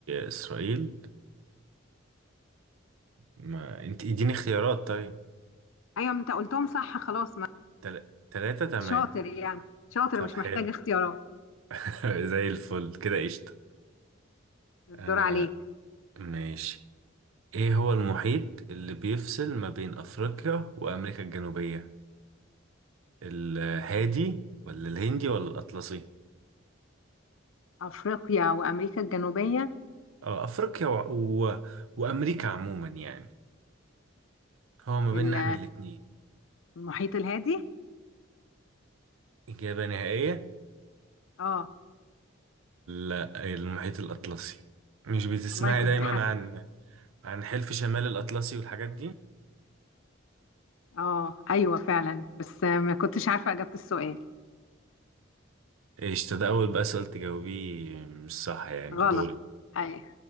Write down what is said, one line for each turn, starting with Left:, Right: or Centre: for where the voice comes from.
Right: إسرائيل ما انت اديني اختيارات طيب
Left: ايوه انت قلتهم صح خلاص ما
Right: تل... تلاتة تمام
Left: شاطر يعني شاطر
Right: طب
Left: مش
Right: حلو
Left: محتاج اختيارات
Right: <laughs> زي الفل كده قشطة
Left: الدور
Right: أنا
Left: عليك
Right: ماشي ايه هو المحيط اللي بيفصل ما بين أفريقيا وأمريكا الجنوبية الهادي ولا الهندي ولا الأطلسي
Left: افريقيا وامريكا الجنوبيه
Right: اه أفريقيا و... و... وأمريكا عموما يعني هو ما
Left: ال-
Right: بيننا احنا الاتنين
Left: المحيط الهادي
Right: إجابة نهائية
Left: اه
Right: لا المحيط الأطلسي مش بتسمعي
Left: والله كنت
Right: دايما
Left: حاسه
Right: عن عن حلف شمال الأطلسي والحاجات دي
Left: اه ايوه فعلا بس ما كنتش عارفه اجابه السؤال
Right: ايش ده أول بقى سؤال تجاوبيه مش صح يعني
Left: غلط
Right: دوري
Left: ايوه